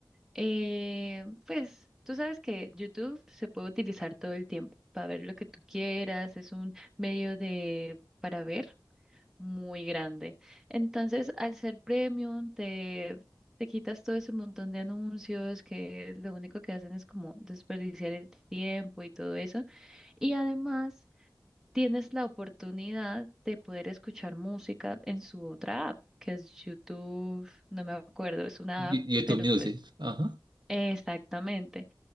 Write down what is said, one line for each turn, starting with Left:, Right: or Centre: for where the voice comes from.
Centre: Eh, pues tú sabes que YouTube se puede utilizar todo el tiempo para ver lo que tú quieras, es un medio de para ver muy grande. Entonces, al ser premium, te, te quitas todo ese montón de anuncios que lo único que hacen es como desperdiciar el tiempo y todo eso. Y además, tienes la oportunidad de poder escuchar música en su otra app, que es YouTube, no me acuerdo, es una
Right: Y-
Centre: app,
Right: YouTube
Centre: pero
Right: Music,
Centre: pues
Right: ajá.
Centre: Exactamente.